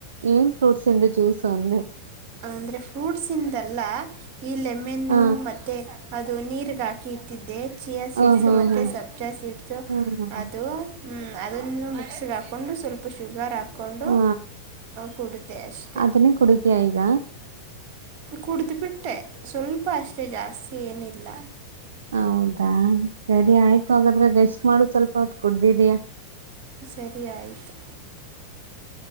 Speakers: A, on the right (about 65°); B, on the right (about 40°).
A: ಏನ್ ಫ್ರೂಟ್ಸ್ ಇಂದು ಜ್ಯೂಸು ಅಂದೆ
B: ಅಂದ್ರೆ ಫ್ರೂಟ್ಸಿಯಿಂದ ಅಲ್ಲ. ಹ ಈ ಲೆಮ್ಮೆನ್ನು
A: ಹ
B: ಮತ್ತೆ ಅದು ನೀರ್ಗ ಹಾಕಿ ಕೀತಿದ್ದೆ ಚಿಯಾ ಸೀಡ್ಸು
A: ಹ ಹಾ
B: ಮತ್ತೆ
A: ಹಾ
B: ಸಬ್ಜಾ ಸೀಟ್ಸು
A: ಹ್ಮ
B: ಅದು ಹ್ಮ್ ಅದನ್ನು. ಸ್ ಹಾಕೊಂಡು ಸ್ವಲ್ಪ ಶುಗರ್ ಹಾಕಿ ಕೊಂಡು
A: ಹಾ
B: ಕುಡದೇ ಅಷ್ಟೆ.
A: ಅದನ್ನೇ ಕುಡಿತೀಯಾ ಈಗ
B: ಕುಡಿದು ಬಿಟ್ಟೆ ಸ್ವಲ್ಪ ಅಷ್ಟೇ ಜಾಸ್ತಿ ಏನಿಲ್ಲ.
A: ಹೌದಾ ಸರಿ ಆಯ್ತು ಹಾಗಾದ್ರೆ ರೆಸ್ಟ್ ಮಾಡು ಸ್ವಲ್ಪ ಹೊತ್ ಕುಡ್ದಿದಯಾ
B: ಸರಿಯಯಿತು